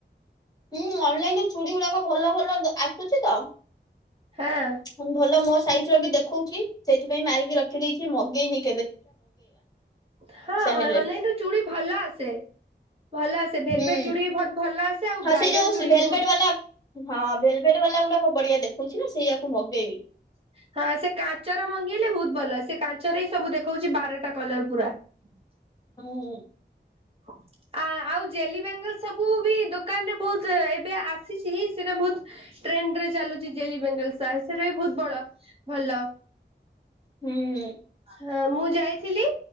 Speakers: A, on the left; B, on the right.
A: ହୁଁ ଅନଲାଇନରେ ଚୁଡି ଗୁଡାକ ଭଲ ଭଲ ଆସୁଛି ତ।
B: ହଁ
A: ମୁଁ ଭଲ ମୋ ସାଇଜର ବି ଦେଖଉଛି ସେଇଥିପାଇଁ ମାରିକି ରଖିଦେଇଛି ମଗେଇ ନେଇ
B: ହଁ
A: ହେଲେ
B: ଅ-ଅନଲାଇନ ଚୁଡ଼ି ଭଲ ଆସେ। ଭଲ ଆସେ ଭେଲବେଟ
A: ହୁଁ
B: ଚୁଡି ବି ଭଲ ଆସେ। ଆଉ
A: ହଁ
B: ବ୍ରାଇଡାଲ
A: ସେଇ ଯୋଉ
B: ଚୁଡ଼ି
A: ଭେଲଭେଟ
B: ବି ବହୁତ
A: ବାଲା ହଁ ଭେଲଭେଟ ବାଲା ଗୁଡା ମୁଁ ବଢିଆ ଦେଖଉଛି ନା ସେଇୟାକୁ ମଗେଇବି।
B: ହ <unintelligible> ହଁ ସେ କାଚର ମଙ୍ଗେଇଲେ ବହୁତ ଭଲ ସେ କାଚର ହିଁ ସବୁ ଦେଖଉଛି ବାରଟା କଲର ପୁରା। ହୁଁ <unintelligible>
A: ହୁଁ।
B: <inaudible> ଆ ଆଉ ଜେଲି ବେଙ୍ଗଲ ସବୁ ବି ଦୋକାନରେ ବହୁତ ଏବେ ଆସିଛି ସେଇଟା ବହୁତ ଟ୍ରା ଟ୍ରେଣ୍ଡରେ ଚାଲୁଛି ଜେଲି ବେଙ୍ଗଲସ ସେଟା ବି ବହୁତ ବଡ ଭଲ।
A: ହୁଁ।
B: ହଁ ମୁଁ ଯାଇଥିଲି